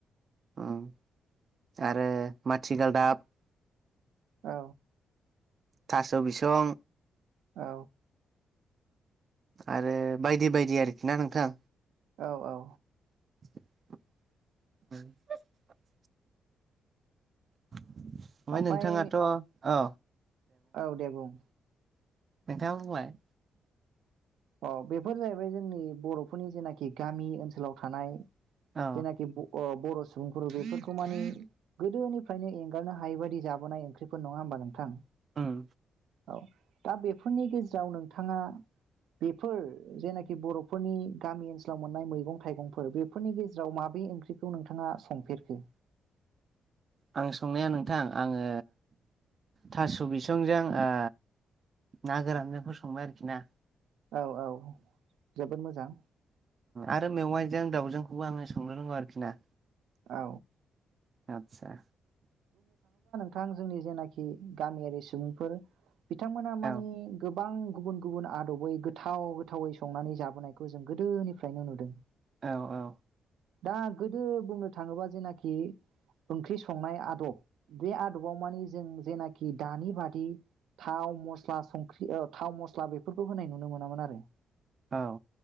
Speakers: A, on the right (about 35°); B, on the right (about 85°).
A: ओम आरो माथिगालदाब।
B: औ।
A: थास' बिसं
B: औ।
A: आरो बायदि बायदि आरोखि ना नोंथां।
B: औ औ।
A: <inaudible> <inaudible> ओमफाय
B: ओमफ्राय
A: नोंथाङाथ' अ।
B: औ दे बुं।
A: नोंथांआ बुंलाय।
B: अह बेफोर जाहैबाय जोंनि बर'फोरनि जेनाखि गामि ओनसोलाव थानाय
A: औ
B: जेनाखि ब अह बर' सुबुंफोर बेफोरखौ माने गोदोनिफ्रायनो एंगारनो हायै बादि जाबोनाय ओंख्रिफोर, नङा होमबा नोंथां?
A: उम।
B: औ। दा बेफोरनि गेजेराव नोंथाङा बेफोर जेनाखि बर'फोरनि गामि ओनसोलाव मोननाय मैगं थाइगंफोर बेफोरनि गेजेराव माबे ओंख्रिखौ नोंथाङा संफेरखो?
A: आं संनाया नोंथां, आङो थास' बिसंजों ओ ना गोरानजोंखौ संबाय आरोखिना।
B: औ औ जोबोद मोजां।
A: आरो मेवाइजों दाउजोंखौबो आङो संनो रोंगौ आरोखि ना।
B: औ।
A: आतसा।
B: थां जोंनि जेनाखि गामियारि सुबुंफोर बिथांमोना माने
A: औ
B: गोब बां गुबुन गुबुन आदबै गोथाव गोथावै संनानै जाबोनायखौ जों गोदोनिफ्रायनो नुदों।
A: औ औ।
B: दा गोदो बुंनो थाङोबा जेनाखि ओंख्रि संनाय आ दब बे आदबाव माने जों जेनाखि दानि बादि थाव, मस्ला, संख्रि ओ थाव, मस्ला बेफोरखौ होनाय नुनो मोनामोन आरो।
A: औ।